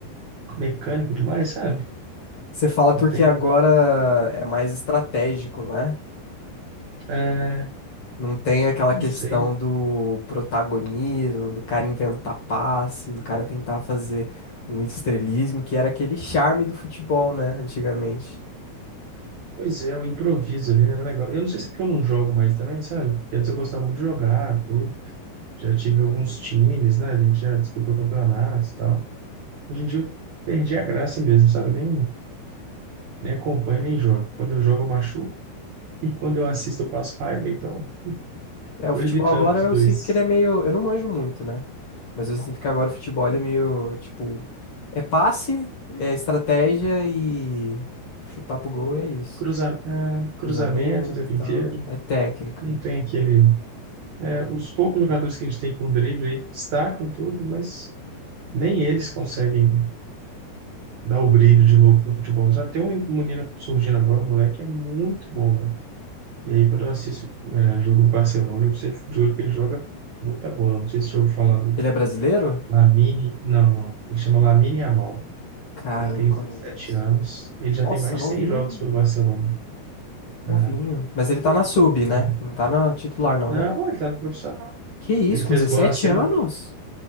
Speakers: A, on the right; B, on the left.
A: mecânico demais, sabe?
B: Você fala porque
A: Não tem,
B: agora é mais estratégico, não é?
A: é,
B: Não tem aquela
A: não
B: questão
A: sei, né?
B: do protagonismo, do cara inventar passe, do cara tentar fazer um estrelismo, que era aquele charme do futebol, né, antigamente.
A: Pois é, o improviso ali não era legal. Eu não sei se é porque eu não jogo mais também, sabe? Porque antes eu gostava muito de jogar, tudo. Já tive alguns times, né? A gente já disputou campeonatos e tal. Hoje em dia eu perdi a graça mesmo, sabe? Nem, nem acompanho, nem jogo. Quando eu jogo, eu machuco. E quando eu assisto, eu passo raiva, então
B: É, o
A: tô
B: futebol
A: evitando
B: agora
A: os
B: eu
A: dois.
B: sinto que ele é meio. Eu não manjo muito, né? Mas eu sinto que agora o futebol ele é meio, tipo, é passe, é estratégia e chutar pro gol e é isso.
A: Cruza, ah, cruzamento
B: Cruzamento
A: o tempo
B: e tal.
A: inteiro,
B: É técnica.
A: não tem aquele. é, os poucos jogadores que a gente tem com drible aí destacam tudo, mas nem eles conseguem dar o brilho de novo no futebol. Sabe? Tem um um menino surgindo agora, um moleque que é muito bom, velho. E aí, quando eu assisto é, jogo do Barcelona, eu sempre fico de olho que ele joga muita bola. Não sei se eu ouviu falar do
B: Ele é brasileiro?
A: Lamine, não, não. Ele chama Lamine Yamal.
B: Cara,
A: Ele
B: eu
A: tem
B: não conheço.
A: 17 anos, ele já
B: Nossa,
A: tem mais
B: novinho,
A: de 100 jogos pelo Barcelona.
B: novinho.
A: É,
B: Mas ele
A: você-
B: tá na
A: é.
B: sub, né? Não tá na titular, não,
A: Não,
B: né?
A: ele tá no profissional.
B: Que isso,
A: Ele
B: com
A: fez
B: 17
A: gol na semi.
B: anos?